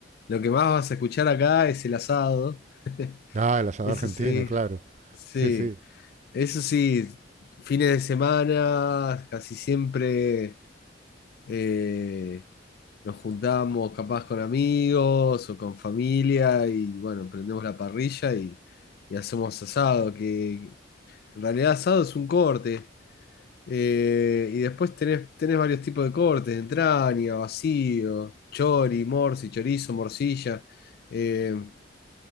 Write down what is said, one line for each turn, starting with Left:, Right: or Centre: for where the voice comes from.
Left: Lo que más vas a escuchar acá es el asado. <laughs>
Right: Ah, el asado
Left: Eso
Right: argentino,
Left: sí,
Right: claro.
Left: sí.
Right: Sí, sí.
Left: Eso sí, fines de semana, casi siempre. eh, nos juntamos capaz con amigos o con familia y bueno, prendemos la parrilla y, y hacemos asado, que en realidad asado es un corte. eh, y después tenés, tenés varios tipos de cortes, entraña, vacío, chori, morsi, chorizo, morcilla, eh,